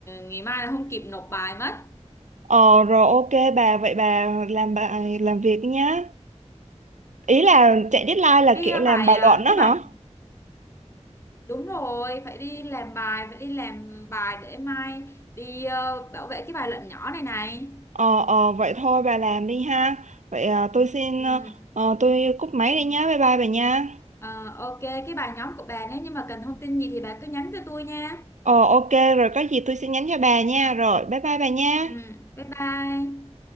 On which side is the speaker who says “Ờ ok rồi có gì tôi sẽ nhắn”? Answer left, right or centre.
Right